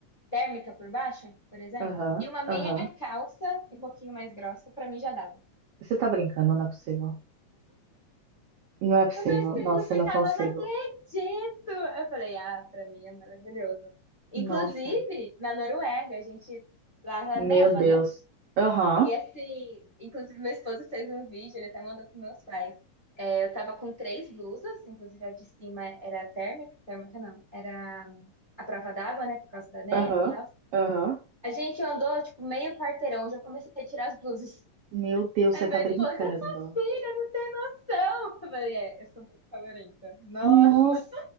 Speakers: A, on the left; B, on the right.
A: térmica por baixo, por exemplo,
B: aham,
A: e uma meia
B: aham.
A: calça um pouquinho mais grossa, pra mim já dava.
B: Você tá brincando, não é possível. Não é possível.
A: O meu estilo
B: Nossa,
A: ficava,
B: eu não consigo.
A: não acredito! Eu falei, ah, pra mim é maravilhoso. Inclusive,
B: Nossa,
A: na Noruega, a gente lá
B: meu
A: neva,
B: Deus.
A: né?
B: Aham,
A: E assim, inclusive meu esposo fez um vídeo, ele até mandou para meus pais. É, eu tava com três blusas, inclusive a de cima era térmica, térmica não, era hum, a prova d'água, né, por causa da neve
B: aham,
A: e tal.
B: aham.
A: A gente andou, tipo, meio quarteirão, já comecei a tirar as blusas.
B: Meu Deus,
A: Aí
B: você
A: meu
B: tá brincando.
A: esposo, sua filha, não tem noção. Eu falei, é, eu sou muito calorenta. Nossa,
B: Nossa,